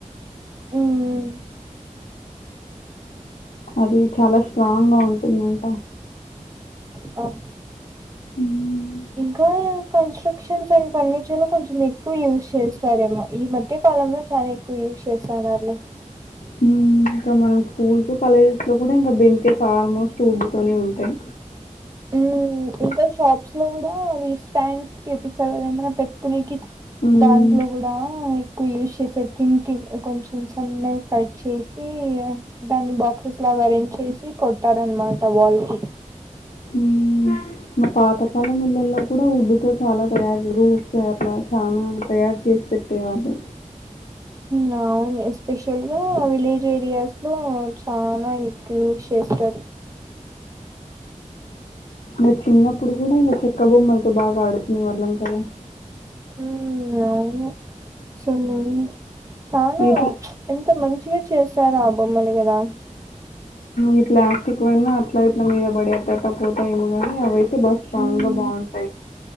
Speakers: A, on the right (about 25°); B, on the left (about 70°).
A: హ్మ్
B: అది చాలా స్ట్రాంగ్ గా ఉంటుందంట
A: అహ
B: హ్మ్
A: ఇంకా కన్స్టక్షన్స్ అండ్ ఫర్నిచర్ ను కొంచెం ఎక్కువ యూజ్ చేస్తారేమో ఈ మధ్య కాలంలో చానా ఎక్కువ యూస్ చేస్తాండార్లే
B: హ్మ్. ఇంకా మనం స్కూల్స్ కాలేజెస్ లో కూడా ఇంకా బెంచెస్ ఆల్మోస్ట్ ఊడ్డుతోనే ఉంటాయి
A: హ్మ్
B: అ
A: ఇంకా షాప్స్ లో కూడా వ స్టాండ్స్ చూపిస్తారు కద ఏమనా పెట్టుకునేకి
B: హ్మ్.
A: దాంట్లో కూడా ఎక్కువ యూజ్ చేసాడు కిన్ కి కొంచెం సన్నగా కట్ చేసి దాన్ని బాక్సెస్ లాగా అరేంజ్ చేసి కొట్టారనమాట వాల్ కి
B: హ్మ్. మా పాతకాల మిల్లల్లో కూడా ఉడ్డుతో చాలా తయారు రూట్స్ అట్లా చాల తయారు చేసి పెట్టేవాల్లు
A: నా అవును ఎస్పెషల్ గా విలేజ్ ఏరియాస్ లో చాలా ఎకువ యూస్ చేస్తారు
B: ఇ చిన్నప్పుడు కూడా ఇంక చెక్క బొమ్మలతో బాగా ఆడుకునే వాళ్ళం కదా
A: హ్మ్ అవును చాలా
B: ఈ
A: ఎంత మంచిగా గా చేసారో ఆ బొమ్మలు కదా
B: ఈ ప్లాస్టిక్ అనా అట్లా ఇట్ల మీద పడి అత్తక పోతాయమో కానీ అవై అయితే బా స్ట్రాంగ్
A: మ్మ్
B: గా బాగుంటాయి